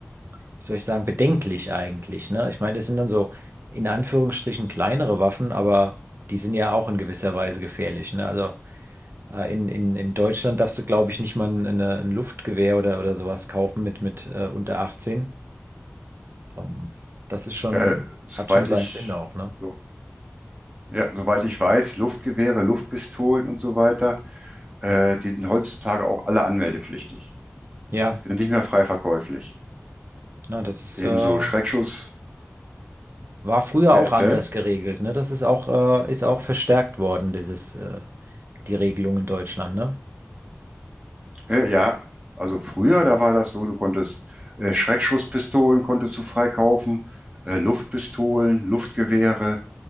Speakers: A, on the right; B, on the right.
A: wie soll ich sagen, bedenklich eigentlich, ne? Ich meine, das sind dann so in Anführungsstrichen kleinere Waffen, aber die sind ja auch in gewisser Weise gefährlich, ne? Also äh, in, in, in Deutschland darfst du, glaube ich, nicht mal eine, ein Luftgewehr oder, oder sowas kaufen mit, mit äh, unter 18. Ähm, das ist schon,
B: äh, soweit
A: hat schon seinen
B: ich,
A: Sinn auch, ne?
B: so, ja, soweit ich weiß, Luftgewehre, Luftpistolen und so weiter, äh, die sind heutzutage auch alle anmeldepflichtig,
A: Ja,
B: sind nicht mehr frei verkäuflich.
A: na, das ist,
B: Ebenso
A: äh,
B: Schreckschuss,
A: war früher
B: ja,
A: auch
B: erzähl.
A: anders geregelt, ne? Das ist auch, äh, ist auch verstärkt worden, dieses, äh, die Regelung in Deutschland, ne?
B: Äh, ja, also früher, da war das so, du konntest äh, Schreckschusspistolen konntest du freikaufen, äh, Luftpistolen, Luftgewehre,